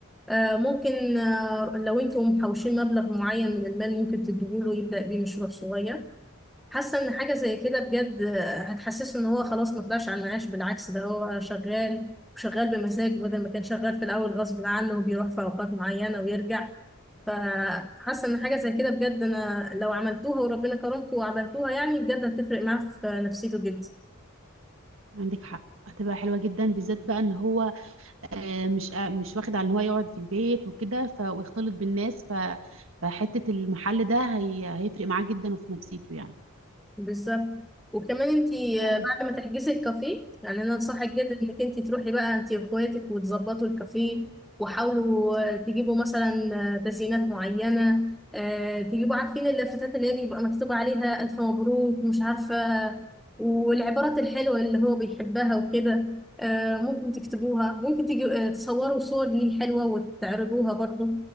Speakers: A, in the centre; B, on the right.
A: آه، ممكن آه، لو انتم محوشين مبلغ معين من المال ممكن تديهوله يبدأ بيه مشروع صغير حاسه ان حاجه زي كده بجد هتحسسه ان هو خلاص ما طلعش على المعاش بالعكس ده هو شغال وشغال بمزاج بدل ما كان شغال في الاول غصب عنه وبيروح في اوقات معينه ويرجع فحاسه ان حاجه زي كده بجد انا لو عملتوها وربنا كرمكم وعملتوها يعني بجد هتفرق معاه في نفسيته جدا
B: عندك حق هتبقى حلوه جدا بالذات بقى ان هو آه، مش آه، مش واخد على ان هو يقعد في البيت وكده ف... ويختلط بالناس ف... فحته المحل ده هي... هيفرق معاه جدا وفي نفسيته يعني
A: بالظبط وكمان انتي
B: طيب
A: آه، بعد ما تحجزي الكافيه يعني انا انصحك جدا انك انتي تروحي بقى انتي واخواتك وتظبطوا الكافيه وحاولوا آه، تجيبوا مثلا آه، تزيينات معينة آه، تجيبوا عارفين اللافتات اللي هي بيبقى مكتوب عليها ألف مبروك مش عارفة والعبارات الحلوة اللي هو بيحبها وكده آه، ممكن تكتبوها ممكن تجي آه، تصوروا صور ليه حلوة وتعرضوها برضه